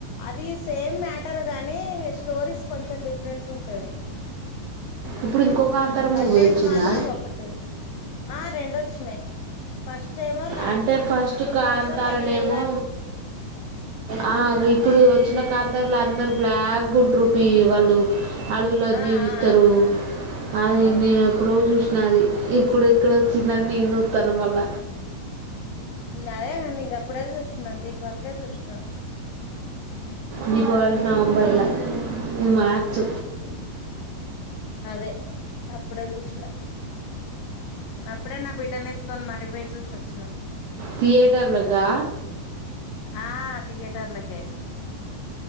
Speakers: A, on the left (about 85°); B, on the right (about 80°).
A: అది సేమ్ మ్యాటర్ గాని స్టోరీస్ కొంచం డిఫర్ రెంట్ ఉంటది
B: ఇప్పుడు ఇంకో కాంతార
A: కంటెంట్
B: మూవీ వచ్చిందా
A: మాత్రం ఒకటి ఆ రెండోచ్ నే ఫస్ట్ స్టెమో last
B: అంటే first
A: two
B: కాంతారనేమో
A: years one year
B: ఆ ఇప్పుడు వచ్చిన
A: ఇదేమో
B: కాంతర్లు
A: ఇది
B: అందరు బ్లాక్ గుంట్రూపి వాళ్ళు అడవిలో
A: ఆ
B: జీవిస్తరు
A: ఆ ఆ
B: అది
A: అవునవును
B: నేను ఎప్పుడో చూస్ నాది ఇప్పుడు ఇక్కడ వచ్చిందని నేన్ చూస్తన్న మల్ల
A: గదే నేను గప్పుడే జూసిన దీపావళికి ప్పుడే జూస్నా ఉమ్
B: దీపావళి నవంబర్ల ఇది మార్చ్
A: అ అదే నప్పుడే జూసీనా నప్పుడే నా బిడ్డనెత్తుకొని మారి పోయి చూసోచ్ వచ్చిన
B: థియేటర్లగా
A: ఆ థీయేటర్లకే